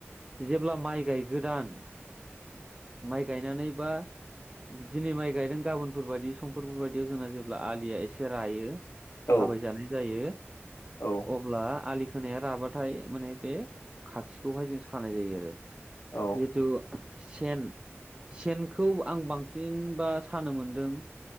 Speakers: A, on the right (about 20°); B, on the left (about 70°).
A: जेब्ला माइ गायगैदान माइ गायनानै बा दिनै माइ गायदों गाबोनफोरबादि समफोरफोरबादिआव जोंना जेब्ला आलिआ एसे रायो
B: औ
A: थाबायजानाय जायो
B: औ
A: अब्ला आलि खोनाया राबाथाय माने बे खाखिखौहाय जों सानाय जायो आरो
B: औ
A: जिहेथु सेन सेनखौ आं बांसिनबा सानो मोनदों